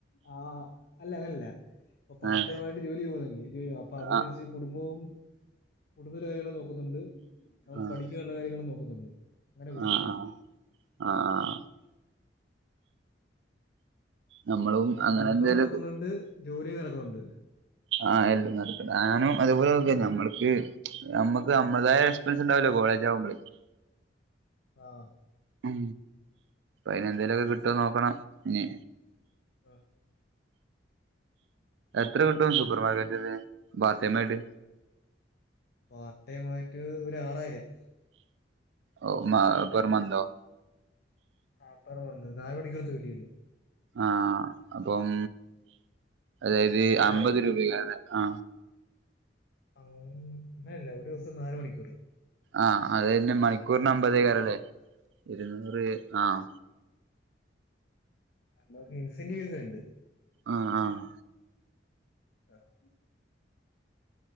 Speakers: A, on the left (about 55°); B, on the right (about 70°).
A: ആഹ് അല്ല അതല്ല ഇപ്പോ പാർടൈം
B: ആഹ്
A: ആയിട്ട് ജോലി ചെയ്തു പോകുന്നില്ലേ, അപ്പോ അതിനനുസരിച്ച്
B: ആഹ്
A: കുടുംബവും കുടുംബത്തിലെ കാര്യങ്ങളൊക്കെ നോക്കുന്നുണ്ട്. നമ്മൾ
B: ആഹ്
A: പഠിക്കാനുള്ള കാര്യങ്ങളും നോക്കുന്നുണ്ട് അങ്ങനെ പോയ്ക്കൊണ്ടിരിക്കും.
B: ആഹ് ആഹ് അഹ് ആഹ്. നമ്മളും
A: അത്
B: അങ്ങനെ
A: പഠിത്തവും
B: എന്തെലൊക്കെ
A: നടക്കുന്നുണ്ട് ജോലിയും നടക്കുന്നുണ്ട്
B: ആഹ് എല്ലും നടക്കണ്ട്, ഞാനും അതെപോലെക്കെ ഞമ്മൾക്ക് <unintelligible> നമ്മുക്ക് നമ്മളുടേതായ എക്സ്പെൻസ് ഉണ്ടാവൂല്ലോ കോളേജ് ആവുമ്പ
A: ആഹ്.
B: ഉം അയിന് എന്തേലുമൊക്കെ കിട്ടോ നോക്കണം ഇനി.
A: ആഹ്
B: എത്ര കിട്ടും സൂപ്പർ മാർക്കറ്റന്ന് പാർടൈമായിട്ട്.
A: പാർട്ടൈമായിട്ട് ഒര് ആറായിരം.
B: ഓ പെർ മന്തോ?
A: ആ പെർ മന്ത് നാല്മണിക്കൂറത്തെ ജോലി
B: ആ അപ്പം അതായത്
A: അല്ല
B: അമ്പത് രൂപയാണ് ആ
A: ആ അങ്ങനെയല്ല ഒരു ദിവസം നാല് മണിക്കൂർ.
B: ആഹ് അതെന്നെ മണിക്കൂറിന് അമ്പതേക്കാരന്ന് ഇരുന്നൂറ് ആഹ്.
A: നമ്മക്ക് ഇൻസെന്റീവ്സ് ഉണ്ട്.
B: ആഹ് ആഹ്
A: ആഹ്.